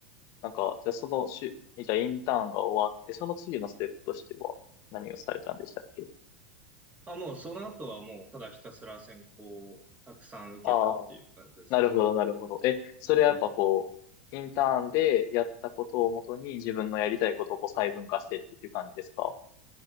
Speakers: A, on the left (about 50°); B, on the right (about 20°).
A: なんか、じゃあそのしゅ、じゃあインターンが終わって、その次のステップとしては、何をされたんでしたっけ
B: あ、もうその後はもうただひたすら選考をたくさん受けたっていう感じです。
A: ああなるほど、なるほど。え、それはやっぱこう、
B: はい。
A: インターンでやったことをもとに自分のやりたいことをこう細分化してっていう感じですか